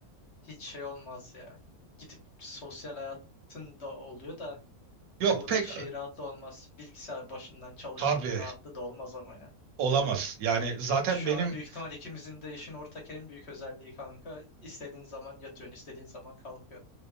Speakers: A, on the left (about 50°); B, on the right (about 70°).
A: hiç şey olmaz ya. Gidip sosyal hayatın da oluyor da
B: Yok
A: buradaki
B: pek
A: şey rahatlı olmaz. Bilgisayar başından çalışmanın
B: tabii
A: rahatlığı da olmaz ama ya.
B: olamaz. Yani zaten
A: Şu
B: benim
A: an büyük ihtimal ikimizin de işin ortak en büyük özelliği kanka. İstediğin zaman yatıyorsun, istediğin zaman kalkıyorsun.